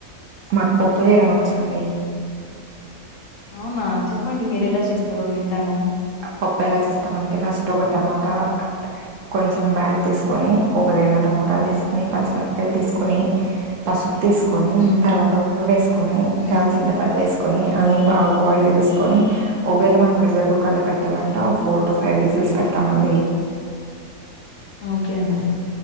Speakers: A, on the right (about 65°); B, on the left (about 65°).
A: మాకు పప్పు చేయడం వచ్చండి.
B: అవునా చెప్పండి. మీరు ఎలా చేస్తారో వింటాను
A: పప్పు ఎలా చేస్తామంటే ఫస్ట్ ఒక టమోటా కొంచెం బ్యాలు తీసుకొని ఒక రెండు టమోటాలు తీసుకొని పచ్చిమిరపాయలు తీసుకొని పసుపు తీసుకొని
B: హ్మ్
A: తర్వాత ఉప్పు వేసుకొని
B: హ్మ్
A: తర్వాత చింతపండు వేసుకొని అన్నీ
B: హ్మ్
A: బాగా బాయిల్ చేసు కొని ఒకవెళ మనం ప్రెసర్ కుక్కర్ పెట్టాలంటే ఒక ఫోర్ టూ ఫైవ్ విజిల్స్ పెడతాం అండి.
B: ఓకే అండి